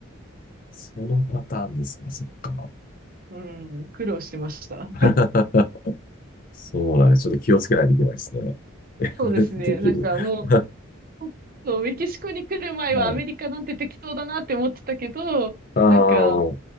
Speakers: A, on the left; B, on the right.
A: そのパターンですか。そっか。
B: <laughs> うん、苦労してました。
A: <laughs> そうなんです。ちょっと気をつけないといけないですね。<laughs>
B: そうですね。
A: できる。
B: なんかも
A: <laughs>
B: う、そうメキシコに来る前はアメリカなんて適当だなって思ってたけど、
A: はいあ
B: なんか、